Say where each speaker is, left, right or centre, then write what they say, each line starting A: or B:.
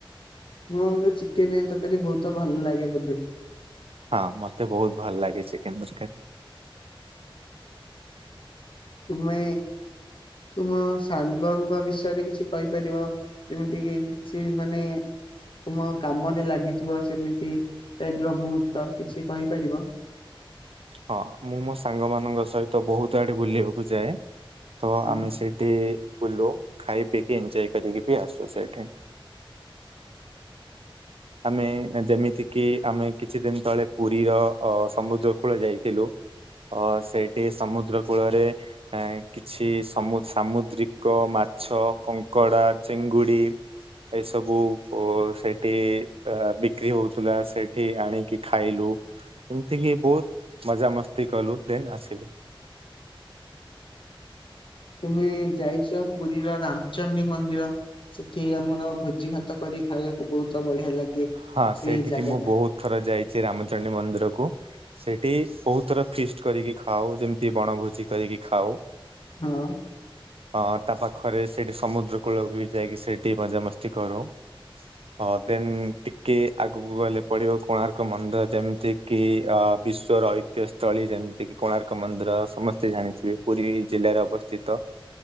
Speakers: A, on the left; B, on the right.
A: <unintelligible> ଚିକେନ ତରକାରୀ ବହୁତ ଭଲ ଲାଗେ ବୋଧେ?
B: ହଁ ମତେ ବହୁତ ଭଲ ଲାଗେଛି ଚିକେନ ତରକାରୀ।
A: ତୁମେ ତୁମ ସାଙ୍ଗଙ୍କ ବିଷୟରେ କିଛି କହିପାରିବ ଯେମିତି କି କିଛି ମାନେ ତୁମ କାମରେ ଲାଗିଥିବ ସେମିତି ଟାଇପ ର ମୁହୂର୍ତ୍ତ କିଛି କହିପାରିବ?
B: ହଁ ମୁଁ ମୋ ସାଙ୍ଗ ମାନଙ୍କ ସହିତ ବହୁତ ଆଡ ବୁଲିବାକୁ ଯାଏ। ତ
A: ହଁ
B: ଆମେ ସେଇଠି ବୁଲୁ। ଖାଇ ପିଇକି ଏଞଜୟ କରିକି ବି ଆସୁଛ ସେଇଠି। ଆମେ ଯେମିତି କିି ଆମେ କିଛି ଦିନ ତଳେ ପୁରୀର ଅ ସମୁଦ୍ର କୂଳ ଯାଇଥିଲୁ। ଅ ସେଇଠି ସମୁଦ୍ର କୂଳରେ ଏ କିଛି ସମୁ ସାମୁଦ୍ରିକ ମାଛ କଙ୍କଡ଼ା ଚିଙ୍ଗୁ ଙ୍ଗୁଡି ଏସବୁ ଅ ସେଇଠି ଅ ବିକ୍ରି ହେଉଥିଲା ସେଇଠି ଆଣିକି ଖାଇଲୁ। ଏମିତି କିି ବହୁତ ମଜାମସ୍ତି କଲୁ ଦେନ୍ ଆସିଲୁ।
A: ତୁମେ ଯାଇଛ ପୁରୀ ର ରାମଚଣ୍ଡୀ ମନ୍ଦିର। ସେଇଠି ଆମର ଭୋଜି ଭାତ କରି ଖାଇବାକୁ ବହୁତ ବଢିଆ ଲାଗେ।
B: ହଁ ସେଇଠିକି
A: ସେଇ ଜାଗା
B: ମୁଁ
A: ଟା
B: ବହୁତ ଥର ଯାଇଛି ରାମଚଣ୍ଡୀ ମନ୍ଦିରକୁ। ସେଇଠି ବହୁତ ଥର ଫିଷ୍ଟ କରିକି ଖାଉ ଯେମିତି ବଣଭୋଜି କରିକି ଖାଉ।
A: ହଁ।
B: ଅ ତା ପାଖରେ ସେଇଠି ସମୁଦ୍ର କୂଳକୁ ଯାଇକି ସେଇଠି ମଜାମସ୍ତି କରୁ। ହଁ ଦେନ୍ ଟିକ୍ କି ଆଗକୁ ଗଲେ ପଡିବ କୋଣାର୍କ ମନ୍ଦିର ଯେମିତି କି ଅ ବିଶ୍ଵର ଐତିହ୍ୟ ସ୍ଥଳୀ ଯେ- ଯେମିତି କି କୋଣାର୍କ ମନ୍ଦିର ସମସ୍ତେ ଜାଣିଥିବେ ପୁରୀ ଜିଲ୍ଲାରେ ଅବସ୍ଥିତ।